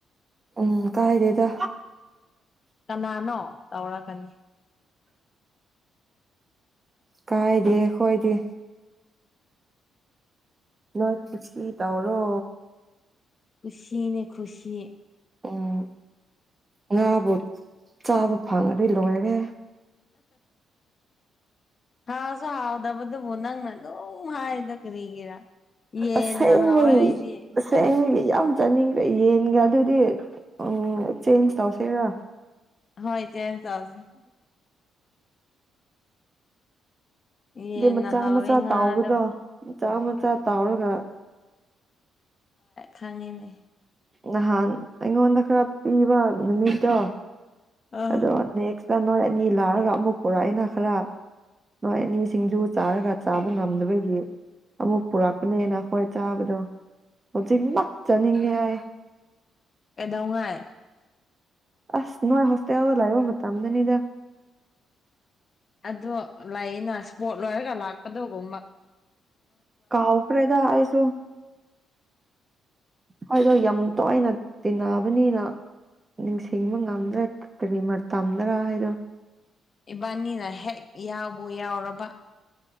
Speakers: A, on the right (about 25°); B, on the left (about 40°).
A: ꯎꯝ ꯀꯥꯏꯗꯦꯗ
B: ꯀꯅꯥꯅꯣ ꯇꯧꯔꯛꯀꯅꯤ
A: ꯀꯥꯏꯗꯦ ꯍꯣꯏꯗꯦ ꯅꯣꯏꯁꯤ ꯇꯧꯔꯣ
B: ꯈꯨꯁꯤꯅꯤ ꯈꯨꯁꯤ
A: ꯎꯝ ꯉꯥꯕꯨ ꯆꯥꯕ ꯐꯪꯉꯗꯤ ꯂꯣꯏꯔꯦ
B: ꯍꯥꯎꯁꯨ ꯍꯥꯎ ꯑꯕꯗ ꯣꯅꯥꯪ ꯅ ꯑꯗꯨꯣ ꯍꯥꯏꯗ ꯀ ꯂꯩꯒꯔꯥ ꯌꯦꯟ
A: ꯑꯁꯦꯡꯕꯩ
B: ꯅꯍꯥꯟꯋꯥꯏ ꯍꯥꯏꯗꯤ
A: ꯑꯁꯦꯡꯕꯒꯤ ꯌꯥꯝ ꯆꯥꯅꯤꯡꯈ꯭ꯔꯦ ꯌꯦꯟꯒ ꯑꯗꯨꯗꯤ ꯎ ꯆꯦꯟꯖ ꯇꯧꯁꯤꯦꯔ
B: ꯍꯣꯏ ꯆꯦ ꯆꯥꯁꯦ ꯌꯦꯟꯅ
A: ꯑ ꯃꯆꯥ
B: ꯍꯥꯎꯋꯦ
A: ꯃꯆꯥ
B: ꯉꯥꯗꯕꯨ
A: ꯇꯥꯎꯕꯗꯣ ꯃꯆꯥ ꯃꯆꯥ ꯇꯥꯎꯔꯒ
B: ꯈꯪꯉꯤꯅꯦ
A: ꯅꯍꯥꯟ ꯑꯩꯉꯣꯟꯗ ꯈꯔ ꯄꯤꯕ ꯅꯨꯃꯤꯠꯇꯣ
B: ꯑꯥ
A: ꯑꯗꯣ ꯁꯤꯗ ꯅꯣꯏ ꯑꯅꯤ ꯂꯥꯛꯔꯒ ꯑꯃꯨꯛ ꯄꯨꯔꯛꯑꯏꯅ ꯈꯔ ꯅꯣꯏ ꯑꯅꯤ ꯁꯤꯡꯖꯨ ꯆꯥꯔꯒ ꯆꯥꯕ ꯉꯝꯗꯕꯒꯤ ꯑꯃꯨꯛ ꯄꯨꯔꯛꯄꯅꯦꯅ ꯑꯩꯈꯣꯏ ꯆꯥꯕꯗꯣ ꯍꯧꯖꯤꯛꯃꯛ ꯆꯥꯅꯤꯡꯉꯦ ꯑꯩ
B: ꯑꯦꯗꯣꯡꯉꯥꯏ
A: ꯑꯁ ꯅꯣꯏ ꯍꯁꯇꯦꯜꯗ ꯂꯩꯕ ꯃꯇꯝꯗꯅꯤꯗ
B: ꯑꯗꯣ ꯂꯩꯑꯅ ꯏꯁꯄꯣꯠ ꯂꯣꯏꯔꯒ ꯂꯥꯛꯄꯗꯒꯨꯝꯕ
A: ꯀꯥꯎ ꯈ꯭ꯔꯦꯗ ꯍꯥꯏꯁꯨ ꯍꯣꯏꯗꯣ ꯌꯥꯝ ꯇꯣꯏꯅ ꯇꯤꯟꯅꯕꯅꯤꯅ ꯅꯤꯡꯁꯤꯡꯕ ꯉꯝꯗ꯭ꯔꯥ ꯀꯔꯤ ꯃꯔꯇꯝꯗ꯭ꯔꯥ ꯍꯥꯏꯔꯣ
B: ꯏꯕꯥꯅꯤꯅ ꯍꯦꯛ ꯌꯥꯎꯕꯨ ꯌꯥꯎꯔꯕ